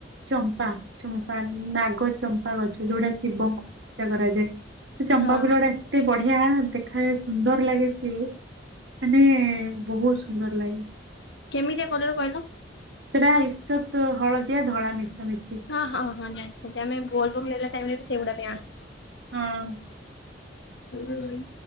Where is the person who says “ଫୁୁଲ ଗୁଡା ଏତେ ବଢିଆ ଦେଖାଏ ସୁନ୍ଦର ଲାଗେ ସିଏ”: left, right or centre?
Right